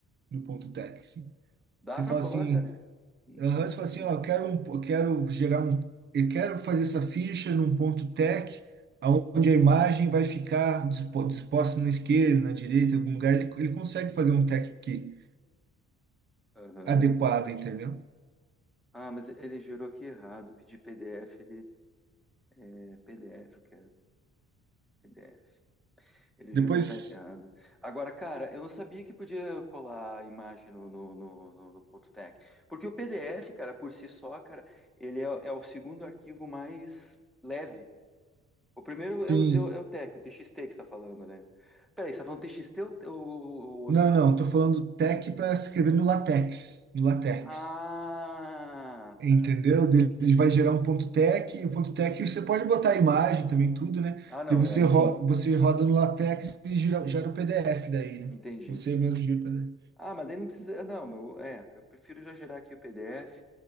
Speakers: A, on the right; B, in the centre.
A: no ponto tech, sim.
B: Dá
A: Você
B: para
A: fala
B: colar,
A: assim,
B: cara? Hum,
A: aham,
B: hum,
A: você fala assim,
B: hum.
A: ó, eu quero um, eu quero gerar um, eu quero fazer essa ficha num ponto tech, aonde a imagem vai ficar dispo- disposta na esquerda, na direita, em algum lugar, ele, ele consegue fazer um tech que
B: Aham.
A: adequado, entendeu?
B: Ah, mas ele gerou aqui errado. Pedi PDF, ele é PDF, eu quero PDF. Ele
A: Depois,
B: jurou erra- errado. Agora, cara, eu não sabia que podia colar a imagem no, no, no, no- no ponto .tec. Porque o PDF, cara, por si só, cara, ele é, é o segundo arquivo mais leve. O primeiro é
A: sim.
B: o, é o, é o .tec, o TXT que você tá falando, né? Peraí, você tá falando TXT ou ou o outro
A: Não,
B: arquivo?
A: não, tô falando tech para escrever no LaTeX, no LaTeX.
B: Ah,
A: Entendeu?
B: tá.
A: Daí Ele
B: Entendi.
A: vai gerar um ponto .tech, e o ponto .tech você pode botar a imagem também, tudo, né?
B: Ah, não,
A: Daí você,
B: aí
A: ro-
B: sim,
A: você roda no LaTeX e gera, gera o PDF daí, né?
B: entendi.
A: Você mesmo gira o PDF.
B: Ah, mas daí não precisa. ah, Não, meu, é, eu prefiro já gerar aqui o PDF,